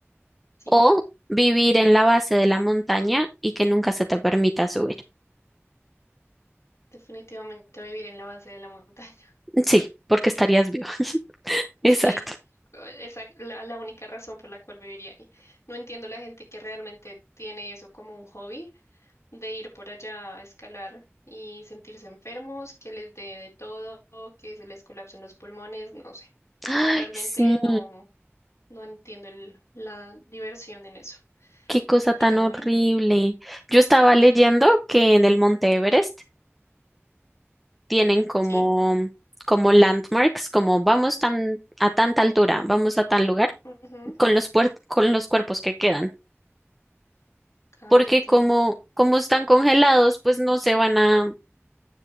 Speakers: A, on the left; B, in the centre.
A: Sí,
B: O vivir en la base de la montaña y que nunca se te permita subir.
A: definitivamente vivir en la base de la montaña.
B: <laughs> Sí, porque estarías vivo. <laughs> Exacto.
A: Sí, esa es la, la única razón por la cual viviría ahí. No entiendo la gente que realmente tiene eso como un hobby, de ir por allá a escalar y sentirse enfermos, que les dé de todo, que se les colapsen los pulmones, no sé.
B: Ay,
A: Realmente
B: sí,
A: no, no entiendo el- la diversión en eso.
B: qué cosa
A: Pero
B: tan horrible.
A: bueno,
B: Yo estaba leyendo que en el Monte Everest tienen como,
A: sí.
B: como landmarks, como vamos tan, a tanta altura, vamos a tal lugar,
A: Ujú,
B: con los, puer- con los cuerpos que quedan.
A: Cállate.
B: Porque como, como están congelados, pues no se van a